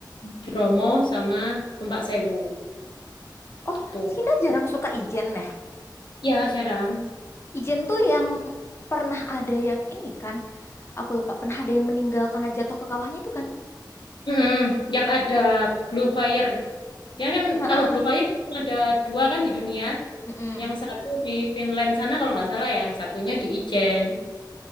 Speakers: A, on the left; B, on the left.
A: Bromo sama Tumpak Sewu
B: oh,
A: gitu.
B: Cina jarang suka Ijen ya.
A: Ya jarang.
B: Ijen tuh yang pernah ada yang ini kan, aku lupa, pernah ada yang meninggal karena jatuh ke kawahnya itu kan?
A: Mm-mm. Yang ada Blue Fire. Dia kan
B: Heeh.
A: kalau Blue Fire cuma ada dua kan di dunia.
B: Mm-mm.
A: Yang satu di Finland sana kalau nggak salah ya, yang satunya di Ijen.